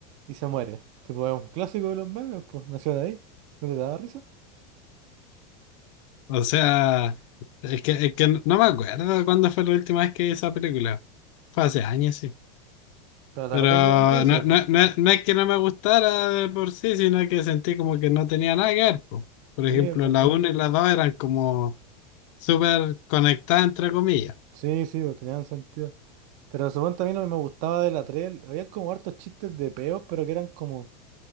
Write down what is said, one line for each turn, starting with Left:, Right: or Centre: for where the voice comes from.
Right: y se muere. Tipo, es un clásico de los memes, pues. Nació de ahí. ¿No te daba risa?
Left: O sea, es que, es que no me acuerdo cuándo fue la última vez que vi esa película. Fue hace años, sí.
Right: Pero te
Left: Pero
Right: acordáis de, de ese,
Left: no,
Right: pues.
Left: no, no, no es que no me gustara de por sí, sino que sentí como que no tenía nada que ver, po. Por
Right: Sí,
Left: ejemplo,
Right: es verdad.
Left: la 1 y la 2 eran como súper conectadas, entre comillas.
Right: Sí, sí, pues tenían sentido. Pero suponte a mí no me gustaba de la 3. Había como hartos chistes de peos, pero que eran como